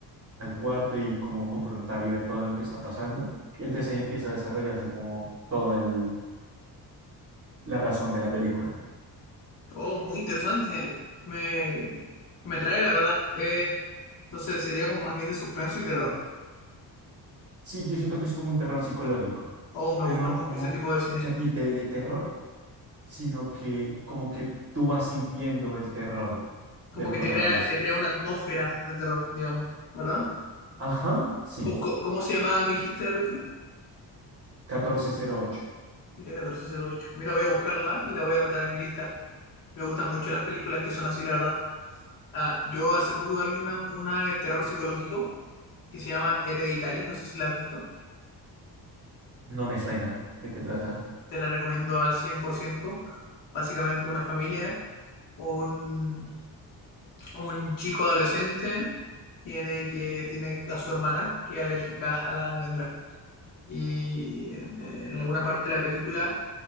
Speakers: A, on the right (about 35°); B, on the left (about 55°).
A: al cuarto y como confrontar y ver todo lo que está pasando. Y entonces ahí empieza a desarrollarse como toda el... la razón de la película.
B: Oh, muy interesante, ¿eh? Me, me trae la verdad. Eh, entonces sería como más bien de suspenso y terror.
A: Sí, yo siento que es como un terror psicológico,
B: Oh, me
A: pero
B: gusta
A: no
B: mucho
A: como
B: ese tipo de cine.
A: que a ti te dé terror, sino que como que tú vas sintiendo el terror
B: Como
A: del protagonista.
B: que te crea, te crea una atmósfera de terror, digamos, ¿verdad?
A: Ajá, sí,
B: ¿Cómo, cómo, cómo se llamaba, me dijiste la película?
A: catorce cero ocho.
B: Mira, catorce cero ocho. Mira, voy a buscarla y la voy a anotar en mi lista. Me gustan mucho las películas que son así, la verdad. Ah, yo hace poco igual vi una, una de terror psicológico que se llama Hereditary, no sé si la has visto.
A: No me suena. ¿De qué trata?
B: Te la recomiendo al 100%. Básicamente una familia, un, un chico adolescente tiene, que, tiene a su hermana que es alérgica a la almendra y en, en alguna parte de la película